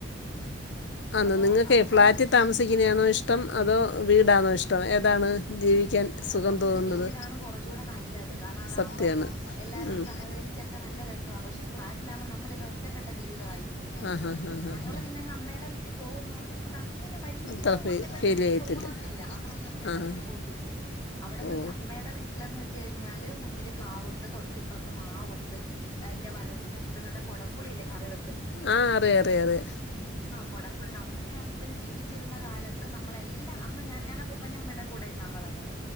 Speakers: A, on the left; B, on the left.
A: ആ
B: അപ്പോ
A: നിങ്ങൾക്ക്
B: അപ്പൂപ്പൻ
A: ഫ്ലാറ്റിൽ താമസിക്കുന്നതാണോ ഇഷ്ടം അതോ വീടാണോ ഇഷ്ടം ഏതാണ്? ജീവിക്കാൻ
B: അ
A: സുഖം
B: നമക്ക്
A: തോന്നുന്നത്
B: വീടാണ് കുറച്ചുടെ നല്ലത് കാരണം അതാകുമ്പം
A: സത്യാണ്
B: എല്ലാരോടും
A: ഉം
B: സഹകരിച്ചൊക്കെ നല്ല രസ സോ പക്ഷേ ഫ്ലാറ്റിലാവുമ്പോൾ നമ്മള് ഒറ്റപ്പെട്ട ജീവിതമായി ഇരിക്കും
A: ആഹ് ആഹ് ആഹ്
B: ഞങ്ങള്
A: ആഹ്
B: പിന്നെ അമ്മേടെ വീട്ടിൽ പോവുന്നോണ്ട് നമുക്ക് അങ്ങനെ വല്ല്യ
A: അത്ര ഫീ
B: ഒറ്റപ്പെടൽ
A: ഫീൽ ചെയ്യത്തില്ല
B: തോന്നത്തില്ല നമ്മളങ്ങ് അമ്മടെ
A: ആഹ്
B: വീട്ടിൽ പോവത്തില്ലേ അവിടെന്ന്
A: ഓ
B: അമ്മേടെ വീട്ടിലന്ന് ന്ന് വെച്ച് കഴിഞ്ഞാല് മുന്നില് പ്ലാവുണ്ട് തൊട്ടിപ്പുറത്ത് മാവുണ്ട് അയിന്റെ വലത് സൈഡില് <unintelligible> കുടമ്പുളില്ലേ കറിവ
A: ആ അറിയാറിയറിയാം.
B: കുടമ്പുളിണ്ട് അമ്മുമ്മേം അപ്പൂപ്പനും ജീവിച്ചിരുന്ന കാലത്ത് നമ്മളെല്ലാം അന്ന് ഞാൻ ഞാൻ അപ്പൂപ്പന്റേം അമ്മുമ്മേടേം കൂടെനിന്നാ വളർന്നത്.